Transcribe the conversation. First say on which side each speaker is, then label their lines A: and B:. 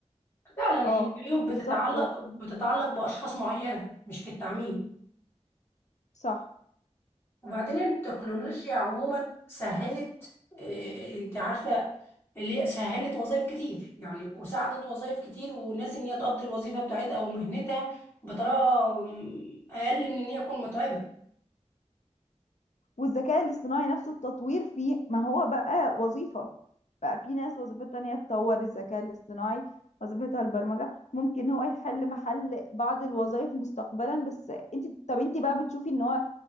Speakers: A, on the left (about 20°); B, on the left (about 75°).
A: فعلا
B: اه
A: هي العيوب
B: بالظبط
A: بتتعلق بتتعلق باشخاص معينه مش في التعميم
B: صح
A: وبعدين التكنولوجيا عموما سهلت آه، انت عارفة اللي هي سهلت وظائف كتير يعني وساعدت وظائف كتير وناس ان هي تقضي الوظيفة بتاعتها او مهنتها بطريقة مم، اقل من ان هي تكون متعبة
B: والذكاء الاصطناعي نفسه التطوير فيه ما هو بقى وظيفة بقى في ناس وظيفتها ان هي تطور الذكاء الاصطناعي وظيفتها البرمجة ممكن هو يحل محل بعض الوظائف مستقبلا بس انت طب انت بقى بتشوفي ان هو